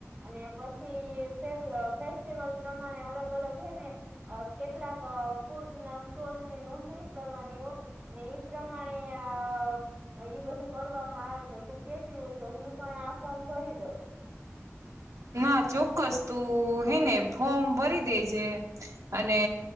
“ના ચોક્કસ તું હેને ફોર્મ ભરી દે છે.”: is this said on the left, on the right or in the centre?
Right